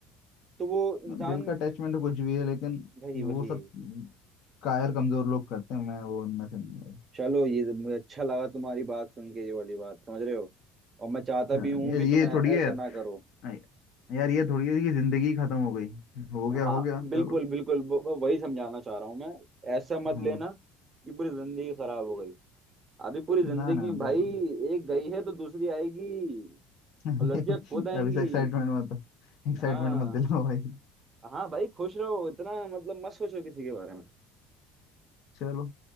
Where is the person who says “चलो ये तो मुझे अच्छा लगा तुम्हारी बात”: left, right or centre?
Right